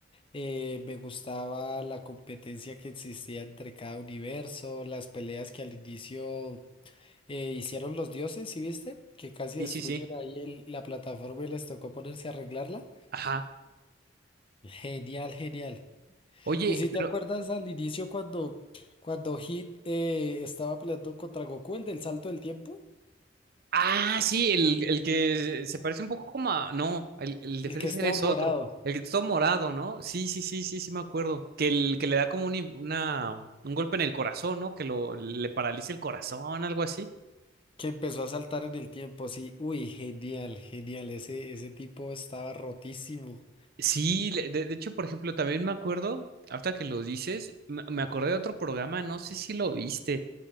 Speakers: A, on the left; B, on the right.
A: eh, me gustaba la competencia que existía entre cada universo, las peleas que al inicio eh, hicieron los dioses, ¿sí viste? Que casi
B: Sí,
A: destruyen
B: sí, sí.
A: ahí el- la plataforma y les tocó ponerse a arreglarla.
B: Ajá.
A: Genial, genial.
B: Oye,
A: Y si te
B: pero.
A: acuerdas al inicio cuando, cuando Hit eh, estaba peleando contra Goku, el del salto del tiempo,
B: Ah, sí, el, el que se parece un poco como a. No, el, el de
A: el
B: Freezer
A: que estaba
B: es
A: morado,
B: otro. El que está todo morado, ¿no? Sí, sí, sí, sí, sí, me acuerdo. Que el que le da como un, una, un golpe en el corazón, ¿no? Que lo, le paraliza el corazón, algo así.
A: que empezó a saltar en el tiempo, sí, uy, genial, genial, ese, ese tipo estaba rotísimo,
B: Sí, le- de, de hecho, por ejemplo, también me acuerdo, ahorita que lo dices, me, me acordé de otro programa, no sé si lo viste.